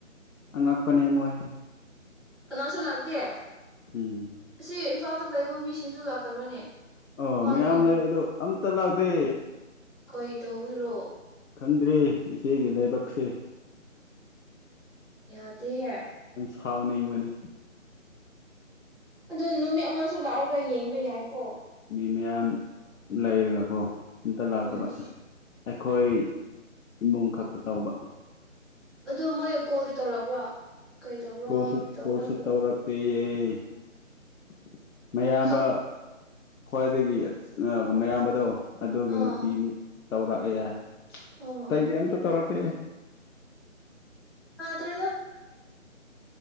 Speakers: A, on the left (about 80°); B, in the centre.
A: ꯑꯉꯛꯄꯅꯦ ꯃꯣꯏꯁꯦ
B: ꯀꯅꯥꯁꯨ ꯂꯥꯛꯇꯦ
A: ꯎꯝ
B: ꯁꯤ ꯏꯝꯐꯥ ꯑ ꯂꯩꯕ ꯃꯤꯁꯤꯡꯁꯨ ꯂꯥꯛꯇꯕ꯭ꯔꯅꯦ
A: ꯑꯣ
B: ꯃꯥꯒꯤ
A: ꯃꯌꯥꯝ ꯂꯩ ꯑꯗꯣ ꯑꯝꯇ ꯂꯥꯛꯇꯦ
B: ꯀꯔꯤ ꯇꯧꯕꯤꯔꯣ
A: ꯈꯪꯗ꯭ꯔꯦ ꯏꯆꯦꯒꯤ ꯂꯥꯏꯕꯛꯁꯦ
B: ꯌꯥꯗꯤ ꯍ
A: ꯊꯥꯎꯅꯤꯡꯕꯅꯤ
B: ꯑꯗꯨ ꯅꯨꯃꯤꯠ ꯑꯃꯁꯨ ꯂꯥꯛꯑꯒ ꯌꯦꯡꯕ ꯌꯥꯏ ꯀꯣ
A: ꯃꯤ ꯃꯌꯥꯝ ꯂꯩꯔꯒꯀꯣ ꯑꯝꯇ ꯂꯥꯛꯇꯕ
B: ꯎꯝ
A: ꯑꯩꯈꯣꯏ ꯏꯃꯨꯡ ꯈꯛꯇ ꯇꯧꯕ
B: ꯑꯗꯨ ꯃꯣꯏ ꯀꯣꯜꯗꯤ ꯇꯧꯔꯛꯄ꯭ꯔꯣ ꯀꯔꯤ ꯇꯧꯕ꯭ꯔꯣ
A: ꯀꯁꯠ
B: ꯀꯔꯤ ꯇꯧꯕ꯭ꯔꯣ
A: ꯀꯁ
B: ꯍꯥꯏꯕꯗꯣ
A: ꯇꯧꯔꯛꯄ <unintelligible> ꯃꯌꯥꯝꯕ
B: ꯈꯪ
A: ꯈ꯭ꯋꯥꯏꯗꯒꯤ ꯃꯌꯥꯝꯕꯗꯣ ꯑꯗꯨꯒꯤ
B: ꯑꯥ
A: ꯅꯨꯄꯤꯗꯤ ꯇꯧꯔꯛꯑꯦ ꯌꯥꯏ
B: ꯑꯣ
A: ꯇꯩꯗꯤ
B: ꯑꯣ
A: ꯑꯇ ꯇꯧꯔꯛ ꯄꯦ
B: ꯠꯇꯦꯗꯣ